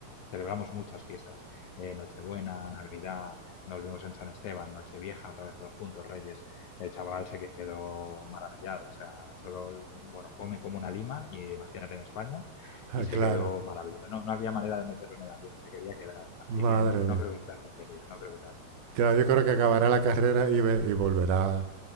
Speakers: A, on the left (about 70°); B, on the right (about 75°).
A: celebramos muchas fiestas. Eh, Nochebuena, Navidad, nos vimos en San Esteban, Nochevieja, otra vez todos juntos, Reyes. El chaval se quedó maravillado, o sea, solo, bueno, come como una lima, y imagínate en España,
B: <laughs>
A: y se
B: claro.
A: quedó maravillado. No, no había manera de meterlo en el avión, se quería quedar. Así
B: Madre
A: que no,
B: mía.
A: no creo que tarde en venir, no creo que tarde.
B: Claro, yo creo que acabará la carrera y, ve- y volverá